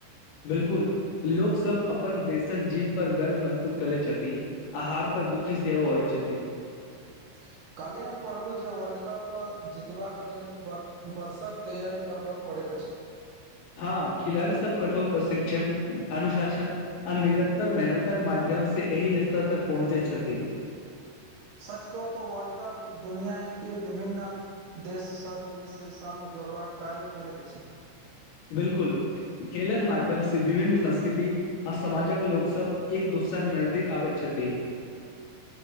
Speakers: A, on the left (about 60°); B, on the right (about 80°).
A: बिलकुल लोक सब अपन देशक जीत पर गर्व महसूस करैत छथि आ हार पर दुखी सेहो होइ छथि।
B: <inaudible> कल्हि हम पढ़लहु जे वर्ल्ड कप जीतबाक लेल व वर्षक तैयारी करबाक पडैत अछी।
A: हँ खिलाड़ी सब कठोर प्रशिक्षण, अनुशासन आ निरन्तर मेहनतक माध् माध्यम से एहि स्तर तक पहुँचे छथि।
B: सच कहो तो वर्ल्ड कप दुनिया के विभिन्न देश सबमे स जोड़बाक कार्य करैत अछी।
A: बिलकुल खेलक माध्यम से विभिन्न संस्कृति आ समाजक लोक सब एक दोसरा के नजदीक आबैत छथि।
B: <inaudible>